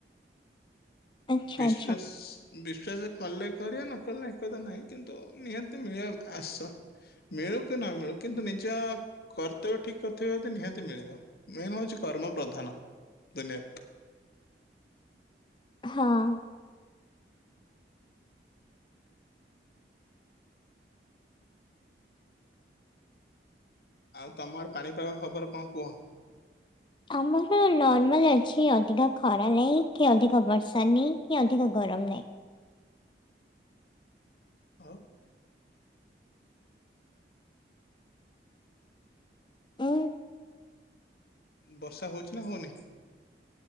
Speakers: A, on the left; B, on the left.
A: ଆଚ୍ଛା
B: ଉଁ ବିଶ୍ଵାସ
A: ଆଚ୍ଛା
B: ବିଶ୍ଵାସ କଲେ କରିବ ନକଲେ ଏକଥା ନାହିଁ କିନ୍ତୁ ନିହାତି ମିଳିବା ଆସ। ମିଳୁ କି ନ ମିଳୁ କିନ୍ତୁ ନିଜ କର୍ତ୍ତବ୍ୟ ଠିକ୍ କରିଥିବେ ଯଦି ନିହାତି ମିଳିବ। ମେନ୍ ହଉଚି କର୍ମ ପ୍ରଧାନ ଦୁନିଆରେ।
A: ହଁ।
B: ଆଉ ତମ ଆଡେ ପାଣିପାଗ ଖବର କଁ କୁହ?
A: ଆମର ନର୍ମାଲ୍ ଅଛି ଅଧିକା ଖରା ନାଇଁ କି ଅଧିକ ବର୍ଷା ନି କି ଅଧିକ ଗରମ ନାଇଁ।
B: ଆଉ
A: ଉଁ।
B: ବର୍ଷା ହଉଚି ନା ହଉନି?